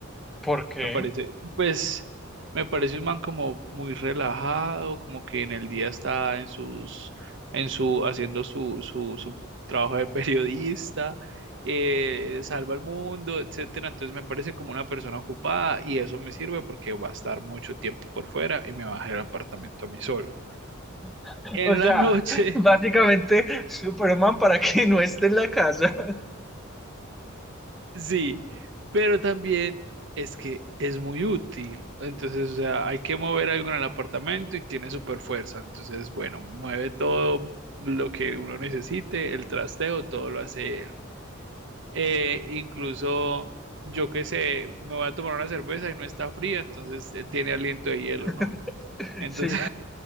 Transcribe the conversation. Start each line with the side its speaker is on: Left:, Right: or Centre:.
Centre: ¿Por qué?
Right: Me parece, pues, me parece un man como muy relajado, como que en el día está en sus, en su, haciendo su, su, su trabajo de periodista, eh, salva al mundo, etcétera. Entonces me parece como una persona ocupada y eso me sirve porque va a estar mucho tiempo por fuera y me va a dejar el apartamento a mí solo.
Centre: <laughs>
Right: En
Centre: O sea,
Right: la noche
Centre: básicamente Superman para que no esté en la casa.
Right: Sí, pero también es que es muy útil. Entonces, o sea, hay que mover algo en el apartamento y tiene super fuerza. Entonces, bueno, mueve todo lo que uno necesite, el trasteo, todo lo hace él. Eh, incluso, yo qué sé, me voy a tomar una cerveza y no está fría, entonces eh, tiene aliento de hielo,
Centre: <laughs>
Right: ¿no? Entonces,
Centre: Sí.